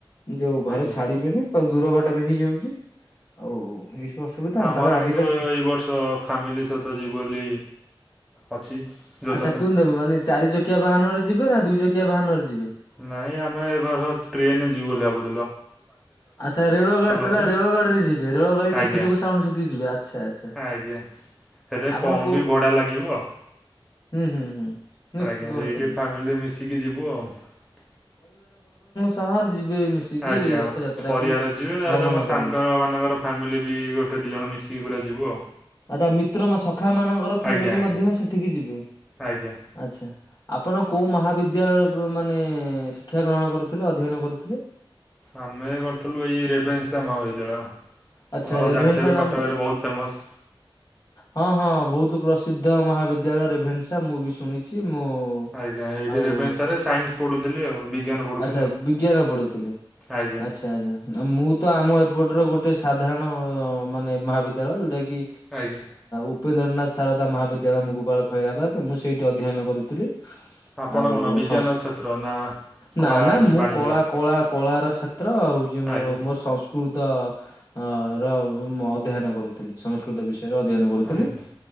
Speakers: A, on the left; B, in the centre.
A: ଯୋଉ ଘରେ
B: ଆଜ୍ଞା
A: ଛାଡିବେନି ତ ଦୂର ବାଟ ବି ହେଇଯାଉଛି ଆଉ ଏଇ ସବୁ ଅସୁବିଧା ତାପରେ
B: ମୋର
A: ଆଜିକାଲି
B: କିନ୍ତୁ ଏଇ ଏଇ ବର୍ଷ ଫ୍ୟାମିଲି ସହିତ ଯିବୁ ବୋଲି ଅଛି ଯୋଜନା।
A: ଆଚ୍ଛା <inaudible> ମାନେ ଚାରି ଚକିଆ ବାହାନରେ ଯିବେ ନା ଦୁଇ ଚକିଆ ବାହାନରେ ଯିବେ?
B: ନାଇଁ ଆମେ ଏବର୍ଷ ଟ୍ରେନରେ ଯିବୁ ବୋଲି ଭାବୁ
A: ଆଚ୍ଛା ରେଳ ଗାଡି ତାହେଲେ
B: ଅଛି।
A: ରେଳ ଗାଡିରେ ଯିବେ ରେଳ ଗାଡି
B: ଆଜ୍ଞା
A: ଛୁକୁ-ଛୁକୁ ସାଉଣ୍ଡ ଶୁଗିକି ଯିବେ ଆଚ୍ଛା। ଆଚ୍ଛା।
B: ଆଜ୍ଞା, ସେଥିରେ
A: ଆପଣ
B: କମ୍
A: କୋଉ
B: ବି ଭଡା ଲାଗିବ।
A: ହୁଁ- ହୁଁ- ହୁଁ। ନିଶ୍ଚିତ
B: ଆଜ୍ଞା ସେଇଠି
A: ଭଲ ଲାଗିବ।
B: ଫ୍ୟାମିଲି ମିଶିକି ଯିବୁ ଆଉ।
A: ହଁ ଯିବେ ମିଶିକି
B: ଆଜ୍ଞା
A: ରଥଯାତ୍ରାକୁ
B: ପରିବାର ଯିବେ
A: ଗମନ
B: ତା ମୋ ସାଙ୍ଗ
A: କରିବେ।
B: ମାନଙ୍କର ଫ୍ୟାମିଲି ବି ଗୋଟେ ଦି ଜଣ ମିଶିକି ପୁରା ଯିବୁ ଆଉ।
A: ଆଉ ତା ମିତ୍ର ମୋ ସଖା ମାନଙ୍କର ଫ୍ୟାମିଲି
B: ଆଜ୍ଞା ଆଜ୍ଞା
A: ମଧ୍ୟ ସେଠିକି ଯି
B: ଆଜ୍ଞା
A: ଆଚ୍ଛା ଆପଣ କୋଉ ମହାବିଦ୍ୟାଳୟ <unintelligible> ମାନେ ଶିକ୍ଷା ଗ୍ରହଣ କରୁଥିଲେ, ଅଧ୍ୟୟନ କରୁଥିଲେ?
B: ଆମେ କରିଥିଲୁ ଏଇ ରେଭେନ୍ସା ମହାବିଦ୍ୟାଳୟ।
A: ଆଚ୍ଛା
B: ଆମର
A: ରେଭେନ୍ସା
B: ଜାଣିଥିବେ
A: ନାମ
B: କଟକରେ ବହୁତ ଫେମସ୍।
A: ହଁ ହଁ ବୋହୁତ ପ୍ର ସିଦ୍ଧ ମହାବିଦ୍ୟାଳୟ ରେଭେନ୍ସା ମୁଁ ବି ଶୁଣିଚି ମୁଁ
B: ଆଜ୍ଞା ଏଇଠି
A: ଆଉ
B: ରେଭେନ୍ସାରେ ସାଇନ୍ସ ପଢ଼ୁଥିଲି ଆଉ ବିଜ୍ଞାନ ପଢ଼ୁଥିଲି
A: ଆଚ୍ଛା
B: ଆଉ
A: ବିଜ୍ଞାନ ପଢୁଥିଲି।
B: ଆଜ୍ଞା
A: ଆଚ୍ଛା ଆଚ୍ଛା ମୁଁ ତ ଆମ ଏପଟ ଗୋ ଆଉ ଗୋଟେ ସାଧାରଣ ମାନେ ମହାବିଦ୍ୟାଳୟ ଯୋଉଟା କିି
B: ଆଜ୍ଞା।
A: ଉପେନ୍ଦ୍ରନାଥ ଶାରଦା ମହାବିଦ୍ୟାଳୟ ମୁଗୁପାଳ ଖଇରାବାଦ ମୁଁ ସେଇଠି ଅଧ୍ୟାୟନ କରୁଥିଲି।
B: ଆପଣ
A: ଆଉ
B: କଣ ବିଜ୍ଞାନ
A: ସଂସ୍
B: ଛାତ୍ର ନା
A: ନା
B: କଳା
A: ନା
B: କି
A: ମୁଁ
B: ବାଣିଜ୍ୟ?
A: କଳା କଳା କଳାର ଛାତ୍ର ହୋଉଚି ମୋର
B: ଆଜ୍ଞା
A: ମୋର ସଂସ୍କୃତ ଅ ର ଅଧ୍ୟାୟନ କରୁଥିଲି ସଂସ୍କୃତ ବିଷ ଅଧ୍ୟାୟନ କରୁଥିଲି
B: ଆଜ୍ଞା।